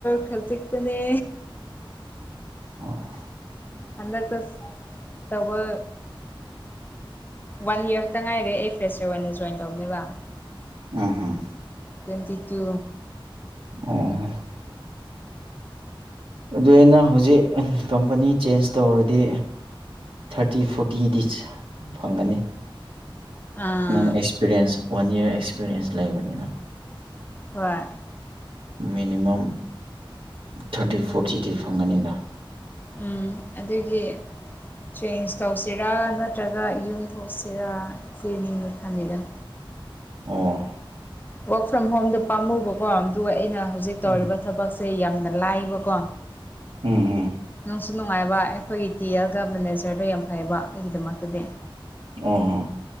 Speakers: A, on the left (about 20°); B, on the right (about 70°).
A: ꯈꯖꯤꯛꯇꯅꯦ
B: ꯑꯣ
A: ꯍꯟꯗꯛꯇ ꯇꯧꯕ ꯋꯥꯟ ꯌꯔꯛꯇ ꯉꯥꯏꯔꯦ ꯑꯩ ꯐ꯭ꯔꯦꯁꯔ ꯑꯣꯏꯅ ꯖꯣꯏꯟ ꯇꯧꯅꯦꯕ
B: ꯎꯝꯍꯨꯝ
A: ꯇ꯭ꯋꯦꯟꯇꯤ ꯇꯨ
B: ꯑꯣ ꯑꯗꯨꯗꯤ ꯅꯪ ꯍꯧꯖꯤꯛ ꯀꯝꯄꯅꯤ ꯆꯦꯟꯖ ꯇꯧꯔꯗꯤ ꯊꯥꯔꯇꯤ ꯐꯣꯔꯇꯤꯗꯤ ꯐꯪꯒꯅꯤ
A: ꯑꯥ
B: ꯑꯦꯛꯁꯄꯤꯔꯤꯌꯦꯟꯁ ꯋꯥꯟ ꯌꯥꯔ ꯑꯦꯛꯁꯄꯤꯔꯤꯌꯦꯟꯁ ꯂꯩꯕꯅꯤꯅ
A: ꯍꯣꯏ
B: ꯃꯤꯅꯤꯃꯝ ꯊꯥꯔꯇꯤ ꯐꯣꯔꯇꯤꯗꯤ ꯐꯪꯒꯅꯤꯗ
A: ꯎꯝ ꯑꯗꯨꯒꯤ ꯆꯦꯟꯖ ꯇꯧꯁꯤꯔꯥ ꯅꯠꯇ꯭ꯔꯒ ꯌꯨꯝ ꯊꯣꯛꯁꯤꯔꯥ ꯁꯤꯅꯤꯅ ꯈꯟꯂꯤꯗ‌ꯣ
B: ꯑꯣ
A: ꯋꯥꯔꯛ ꯐ꯭ꯔꯣꯝ ꯍꯣꯝꯗ ꯄꯥꯝꯃꯨꯕꯀꯣ ꯑꯗꯨꯒ ꯑꯩꯅ ꯍꯧꯖꯤꯛ ꯇꯧꯔꯤꯕ
B: ꯎꯝ
A: ꯊꯕꯛꯁꯦ ꯌꯥꯝꯅ ꯂꯥꯏꯕꯀꯣ
B: ꯎꯝ ꯎꯝ
A: ꯅꯨꯡꯁꯨ ꯅꯨꯡꯉꯥꯏꯕ ꯑꯩꯈꯣꯏꯒꯤ ꯇꯤ ꯑꯦꯜꯒ ꯃꯦꯅꯦꯖꯔꯗꯣ ꯌꯥꯝ ꯐꯩꯌꯦꯕ ꯑꯩꯒꯤꯗꯃꯛꯇꯗꯤ
B: ꯑꯣ ꯍ‌ꯣ